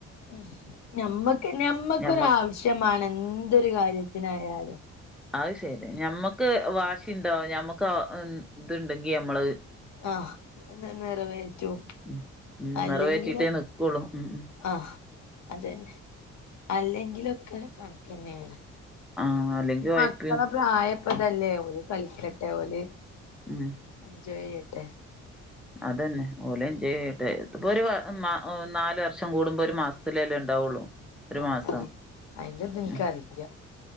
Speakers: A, on the left; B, in the centre.
A: ഉം ഞമ്മക്ക് ഞമ്മക്കൊരാവശ്യം
B: ഞമ്മ
A: മാണം എന്തൊരു കാര്യത്തിനായാലും
B: അത് ശര്യാ ഞമ്മക്ക് വാശിണ്ടോ ഞമ്മക്ക് <unintelligible> ഇത്ണ്ടെങ്കി ഞമ്മള്
A: ആഹ് ന് നിറവേറ്റും
B: ഉം ഉം
A: അല്ലെങ്കിലൊ
B: നിറവേറ്റീട്ടേ നിക്കൊള്ളു ഉം ഉം
A: ആഹ് അതെന്നെ അല്ലെങ്കിലൊക്കെ കണക്കെന്നേണ്
B: ആഹ് അല്ലെങ്കി ഒഴപ്പിയും
A: മക്കളെ പ്രായപ്പതല്ലേ ഓല് കളിക്കട്ടെ ഓല്
B: ഉം
A: എൻജോയ് ചെയ്യട്ടെ
B: അതന്നെ ഓല് എൻജോയ് ചെയ്യട്ടെ ഇത്പ്പൊരു വ മാ ഓ നാല് വർഷം കൂടുമ്പോ ഒരു മാസത്തിലല്ലേ ഉണ്ടാവോള്ളൂ ഒരു
A: ആഹ്
B: മാസം
A: അതെ അയിന്റെത് എനിക്കറിയില്ല
B: ഉം